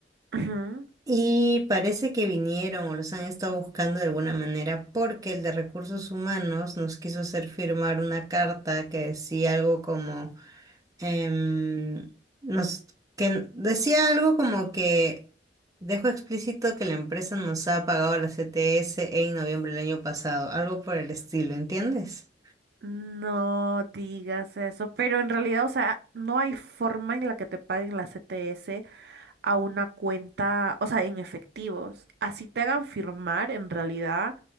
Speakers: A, on the right; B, on the right.
A: Ujú.
B: Y parece que vinieron o los han estado buscando de alguna manera porque el de recursos humanos nos quiso hacer firmar una carta que decía algo como em, nos que decía algo como que dejó explícito que la empresa nos ha pagado la CTS en noviembre del año pasado, algo por el estilo, ¿entiendes?
A: No digas eso, pero en realidad, o sea, no hay forma en la que te paguen la CTS a una cuenta, o sea, en efectivos. Así te hagan firmar, en realidad,